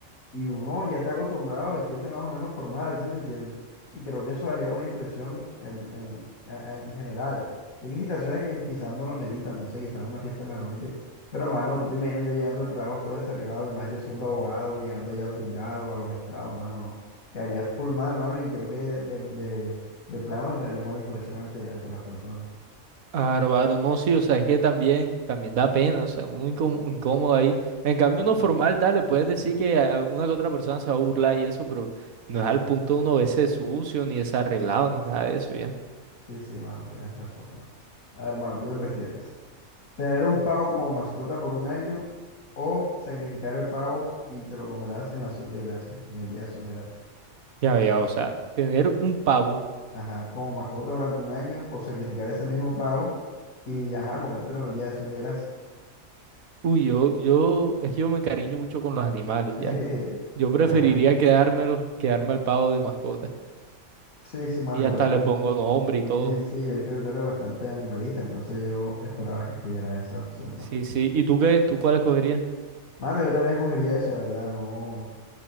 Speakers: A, on the left; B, on the right.
A: Y uno ya está acostumbrado a vestirse más o menos formal, ¿sí me entiendes? Y creo que eso daría buena impresión en, en, a- en general. Sí Hay situaciones que quizás no lo ameritan, no sé, quizás una fiesta en la noche. Pero, mano, tú te imaginas yo llegando al trabajo todo desarreglado y más yo siendo abogado, llegando allá al juzgado, a los estrados, mano, no. Quedaría full mal, mano, y creo que de, de, de plano generaría mala impresión ante, ante las personas.
B: Aro, aro, no, sí, o sea, es que también, también da pena, o sea, un incó- un incómodo ahí. En cambio, uno formal, dale, puedes decir que a una que otra persona se va a burlar y eso, pero no es al punto de uno verse sucio, ni desarreglado, ni nada de eso, ya.
A: Sí, sí, mano, tienes razón, mano. A ver, mano, ¿tú qué prefieres? Tener un pavo como mascota por un año o sacrificar el pavo y te lo comerás en la acción de gracias en el día de acción de gracias
B: Ya, ya, o sea, tener un pavo.
A: Ajá, como mascota durante un año o sacrificar ese mismo pavo y ajá, comértelo en el día de acción de gracias
B: Uy, yo, yo, es que yo me encariño mucho con los animales,
A: <laughs>
B: ¿ya? Yo preferiría
A: Ajá.
B: quedármelos, quedarme al pavo de mascota.
A: Sí, sí, mano,
B: Y
A: igual
B: hasta
A: tú.
B: le pongo nombre y todo.
A: Sí, sí, yo he visto que tú eres bastante animalista, entonces yo esperaba que escogiera esa opción, mano.
B: Sí, sí. ¿Y tú qué? ¿Tú cuál escogerías?
A: Mano, yo también escogería esa, la verdad, no.